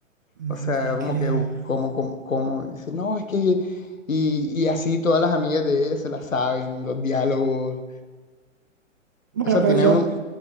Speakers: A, on the right; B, on the left.
A: No
B: O sea,
A: te
B: como
A: creo.
B: que, u- como, como, como, dice, no, es que, y, y así todas las amigas de ella se las saben, los diálogos.
A: Bueno,
B: O sea,
A: pero
B: tiene
A: yo
B: un...